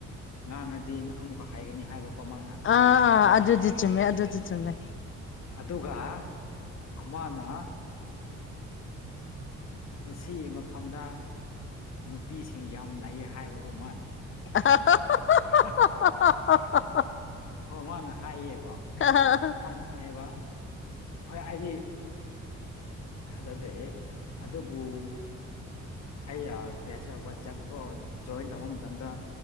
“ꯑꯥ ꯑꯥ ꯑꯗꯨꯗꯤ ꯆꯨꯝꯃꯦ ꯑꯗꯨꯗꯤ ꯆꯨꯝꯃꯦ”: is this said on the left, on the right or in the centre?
Left